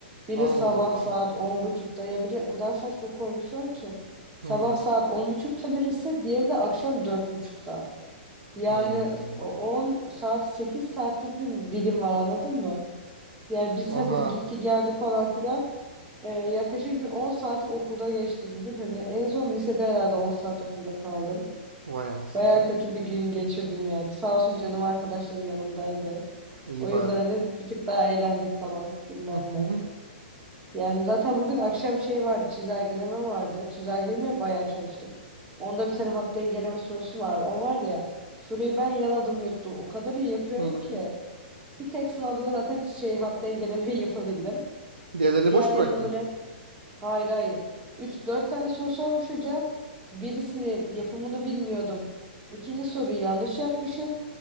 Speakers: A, on the right; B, on the right.
A: Biri
B: Allah
A: sabah
B: Allah.
A: saat on buçukta. Ya bir de o kadar saçma koymuşlar ki. Sabah
B: Hı.
A: saat on buçukta birisi, diğeri de akşam dört buçukta. Yani
B: Hı.
A: 10 saat 8 saatlik bir dilim var anladın mı? Yani biz
B: Oha.
A: hadi gitti geldi falan filan. Ee, yaklaşık bir 10 saatim okulda geçti bugün. Hani en son lisede herhalde 10 saat okulda kaldım.
B: Vay anasını.
A: Baya kötü bir gün geçirdim yani. Sağ olsun canım arkadaşlarım yanımdaydı.
B: İyi
A: O
B: bari.
A: yüzden hani bir tık daha eğlendik falan bilmem
B: <laughs>
A: ne. Yani zaten bugün akşam şey vardı çizelgeleme vardı. Çizelgelemeye bayağı çalıştık. Onda bir tane hat dengeleme sorusu vardı ama var ya soruyu ben yaladım yuttum. O kadar iyi yapıyorum
B: Hı.
A: ki. Bir tek sınavda da zaten şey hat dengelemeyi <laughs> yapabildim.
B: Diğerlerini
A: Diğerleri
B: boş bıraktın.
A: de böyle hayır hayır. üç dört tane soru sormuş hocam. Birisinin yapımını bilmiyordum. İkinci soruyu yanlış yapmışım.